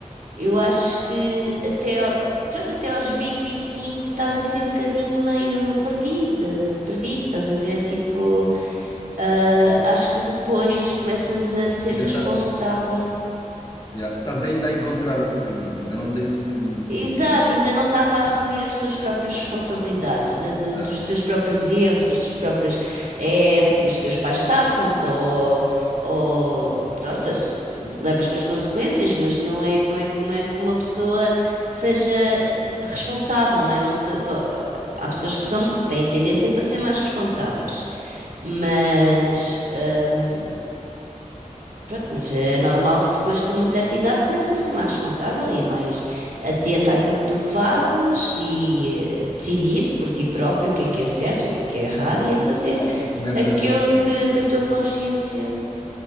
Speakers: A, on the right; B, on the left.
A: Eu acho que até, ao- pronto, até aos vinte vinte e cinco estás assim um bocadinho meio perdida, perdido, estás a ver, tipo, ah, acho que depois começas a ser
B: ainda
A: responsável
B: estás, já, estás ainda a encontrar o teu caminho, ainda não tens um caminho definido,
A: Exato,
B: tá?
A: ainda não estás a assumir as tuas próprias responsabilidades, de- de-
B: Exato.
A: dos teus próprios erros, das tuas próprias. É, os teus pais safam-te ou, ou. Pronto, ass- levas com as consequências, mas não é, não é, que- não é que uma pessoa seja responsável, não é? Não te- não- há pessoas que são, têm tendência para ser mais responsáveis, mas. hum, Pronto, mas é normal que depois, com uma certa idade, comece a ser mais responsável e mais atenta àquilo que tu fazes e eh, decidir por ti próprio o que é que é certo, o que é que é errado e a fazer
B: Claro, e começas,
A: aquilo que,
B: e começas
A: que a tua consciência.